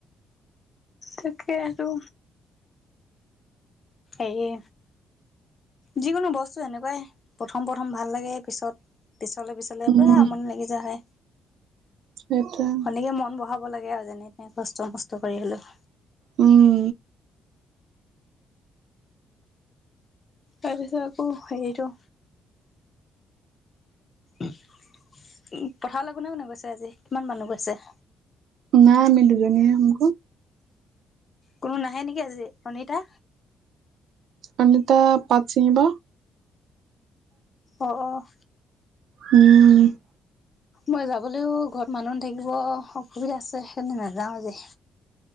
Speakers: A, on the left (about 35°); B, on the right (about 70°).
A: তাকে আৰু এইয়ে যিকোনো বস্তু এনেকুৱাই প্ৰথম প্ৰথম ভাল লাগে পিছত পিছলে পিছলে
B: উম
A: পুৰা আমনি লাগি য হয়ে
B: সেইটোৱে
A: সনেকে মন বঢ়াব লাগে আৰু যেনে তেনে কষ্ট মষ্ট কৰি হলেও
B: উম
A: তাৰপাছত আকৌ সেইটো, উ পথাৰলৈ কোনে কোনে গৈছে আজি কিমান মানুহ গৈছে?
B: না আমি দুজনীয়ে হম ক
A: কোনো নাহে নেকি আজি অনিতা‌?
B: অনিতা পাট ছিঙিব
A: অঁ অঁ
B: উম
A: মই যাবলৈও ঘৰত মানুহ থাকিব অসুবিধা আছে সেইকাৰণে নাযাও আজি